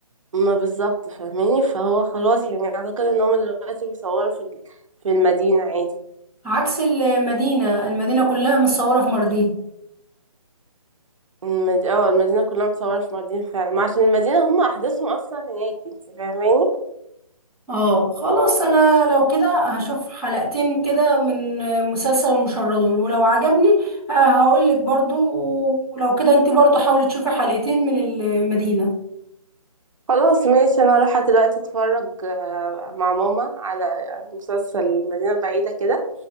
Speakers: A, on the right (about 55°); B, in the centre.
A: ما بالظبط فاهماني فهو خلاص يعني أعتقد إن هما دلوقتي بيصوروا في ال- في المدينة عادي
B: عكس المدينة المدينة كلها متصورة في ماردين
A: المد... اه المدينة كلها متصورة في مالديف فعلا ما عشان المدينة هم أحداثهم أصلا هناك انت فاهماني
B: اه خلاص انا لو كده هشوف حلقتين كده من مسلسل المشردون ولو عجبني هقول لك برضو ولو كده انت برضو حاولي تشوفي حلقتين من المدينة
A: خلاص ماشي أنا رايحة دلوقتي أتفرج آه، مع ماما على مسلسل المدينة البعيدة كده